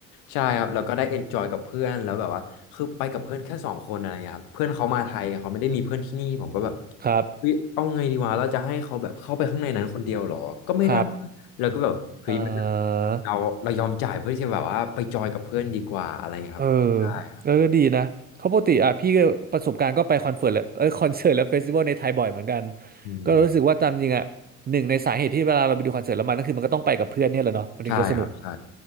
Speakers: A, on the left (about 55°); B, on the right (about 20°).
A: ใช่ครับแล้วก็ได้เอนจอยกับเพื่อนแล้วแบบว่าคือไปกับเพื่อนแค่สองคนอะไรเครับเพื่อนเขามาไทยเขาไม่ได้มีเพื่อนที่นี่ผมก็แบบ
B: ครับ
A: เฮ้ยเอาไงดีวะเราจะให้เขาแบบเข้าไปข้างในนั้นคนเดียวเหรอก็ไม่ได้
B: ครับ
A: แล้วก็แบบเฮ้ยไม่ได้
B: เออ
A: เราเรายอมจ่ายเพื่อที่จะแบบว่าไปจอยกับเพื่อนดีกว่าอะไรอย่างเงี้ยครับใช่ครับ
B: เออเออก็ดีนะเขาะปกติอ่ะพี่ก็ประสบการณ์ก็ไปคอนเสิร์ตและเออคอนเสิร์ตและเฟสติวัลในไทยบ่อยเหมือนกัน
A: อืม
B: ก็รู้สึกว่าตามจริงอ่ะหนึ่งในสาเหตุที่เวลาเราไปดูคอนเสิร์ตแล้วมันก็คือมันก็ต้องไปกับเพื่อนเนี่ยแหละเนาะมันถึงจะสนุก
A: ใช่ครับใช่